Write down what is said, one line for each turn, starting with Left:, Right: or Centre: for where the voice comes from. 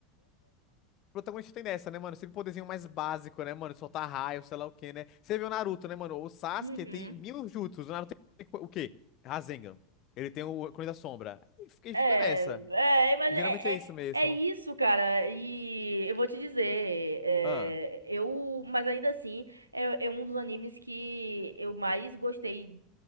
Left: protagonista tem dessa, né, mano? Sempre poderzinho mais básico, né, mano? Soltar raio, sei lá o quê, né? Você viu o Naruto, né, mano? O Sasuke
Right: Uhum.
Left: tem mil jutsus. O Naruto tem o quê? Rasengan. Ele tem o Clone da Sombra. E fica e
Right: É,
Left: fica nessa.
Right: é, mas
Left: E
Right: é,
Left: geralmente é isso
Right: é,
Left: mesmo.
Right: é isso, cara. E eu vou te dizer, é,
Left: Ah,
Right: eu, mas ainda assim, é, é um dos animes que eu mais gostei